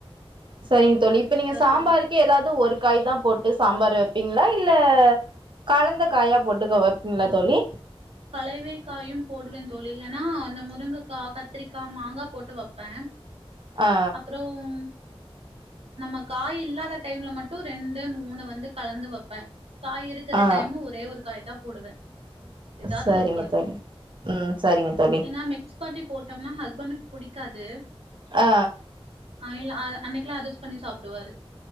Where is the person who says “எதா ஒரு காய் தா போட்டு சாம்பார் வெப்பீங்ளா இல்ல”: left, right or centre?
Right